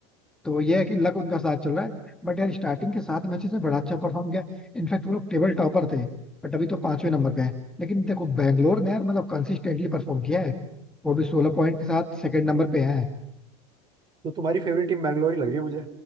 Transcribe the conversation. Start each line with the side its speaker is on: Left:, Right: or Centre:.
Centre: तो ये है कि लक उनका साथ चल रहा है बट यार स्टार्टिंग के सात मैचेस में बड़ा अच्छा परफॉर्म किया इनफैक्ट वो लोग टेबल टॉपर थे बट अभी तो पांचवें नंबर पे है लेकिन देखो बैंगलोर ने यार मतलब कंसिस्टेंटली परफॉर्म किया है वो भी सोलह पॉइंट के साथ सेकंड नंबर पे है
Right: तो तुम्हारी फेवरेट टीम बैंगलोर ही लग रही है मुझे